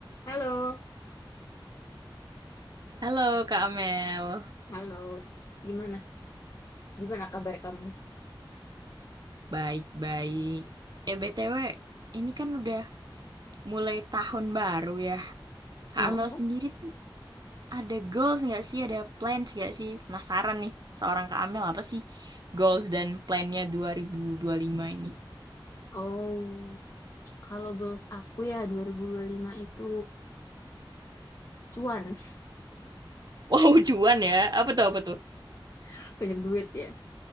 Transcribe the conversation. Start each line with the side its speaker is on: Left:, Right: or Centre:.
Left: Halo,
Right: Halo Kak Amel.
Left: halo. Gimana? Gimana kabar kamu?
Right: Baik-baik. Eh BTW, ini kan udah mulai tahun baru ya. Kak
Left: Oh,
Right: Amel
Left: oh,
Right: sendiri tuh ada goals nggak sih? Ada plans nggak sih? Penasaran nih, seorang Kak Amel apa sih goals dan plannya dua dua ribu dua puluh lima ini? <laughs>
Left: oh. Kalau goals aku ya dua dua ribu dua puluh lima itu cuan,
Right: Wow, cuan ya. Apa tuh, apa tuh?
Left: <laughs> banyak duit ya.